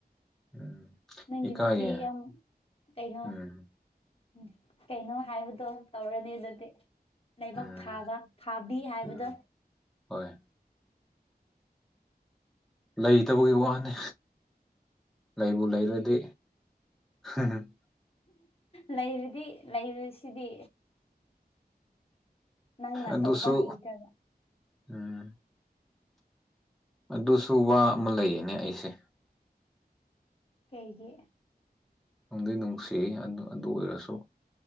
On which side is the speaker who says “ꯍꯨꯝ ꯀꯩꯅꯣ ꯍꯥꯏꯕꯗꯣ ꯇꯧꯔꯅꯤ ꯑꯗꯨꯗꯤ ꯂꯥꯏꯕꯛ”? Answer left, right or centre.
Left